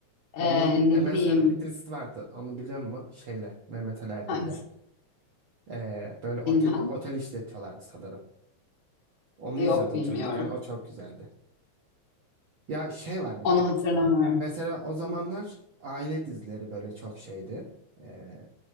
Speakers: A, on the left (about 45°); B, on the right (about 60°).
A: e,
B: Onun Emel
A: ne bileyim
B: Sayın'ın bir dizisi vardı. Onu biliyor musun? Şeyle Mehmet Ali Erbil'le.
A: hangisi
B: Ee, böyle otel
A: bilmem.
B: otel işletiyorlardı sanırım. Onu
A: E,
B: izliyordum
A: yok bilmiyorum.
B: çocukken. O çok güzeldi. Ya şey var bir
A: Onu
B: de.
A: hatırlamıyorum.
B: Mesela o zamanlar aile dizileri böyle çok şeydi. Ee,